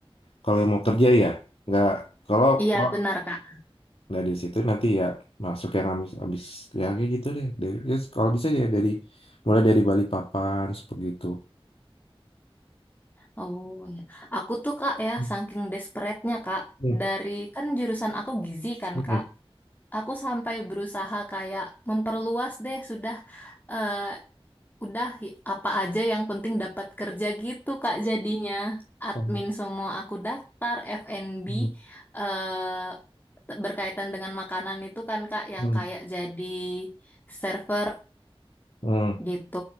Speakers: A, on the left (about 75°); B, on the left (about 20°).
A: kalau yang mau kerja ya nggak kalau
B: iya
A: kalau
B: benar Kak.
A: nggak dari situ nanti ya masuk yang habis habis ya kayak gitu deh dari ya kalau bisa ya dari mulai dari Balikpapan seperti itu.
B: Oh iya, aku tuh Kak ya,
A: Hmm.
B: saking desperate-nya Kak,
A: Hmm.
B: dari kan jurusan aku gizi kan
A: Hmm.
B: Kak, aku sampai berusaha kayak memperluas deh sudah eh, Udah hi- apa aja yang penting dapat kerja gitu Kak jadinya. Admin
A: Hmm.
B: semua aku daftar, F&B
A: Hmm.
B: eh, t- berkaitan dengan makanan itu kan Kak yang
A: Hmm.
B: kayak jadi server
A: Hmm,
B: gitu.